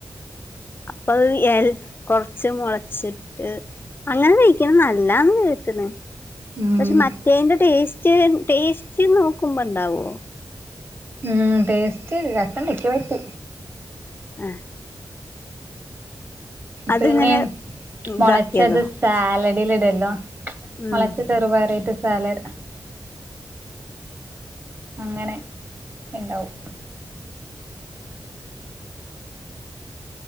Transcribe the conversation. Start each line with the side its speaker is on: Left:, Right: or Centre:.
Left: അപ്പൊ അഹ് കൊറച്ച് മുളച്ചിട്ട് അങ്ങനെ കഴിക്കണ നല്ലാ ന്ന് കേട്ട്ണ്
Right: ഉം
Left: പക്ഷെ മറ്റേതിന്റെ ടേസ്റ്റ് ടേസ്റ്റ് നോക്കുമ്പോ ഇണ്ടാവോ
Right: ഉം ടേസ്റ്റ് രസം ഇണ്ട് ഇന്ക് പറ്റി
Left: ആഹ് അതിങ്ങനെ
Right: പിന്നെ
Left: ഇതാക്കിയതോ
Right: മുളച്ചത് സാലഡില ഇടല്ലോ
Left: ഉം
Right: മുളച്ച ചെറുപറയിട്ട് സാലഡ് അങ്ങനെ ഇണ്ടാവും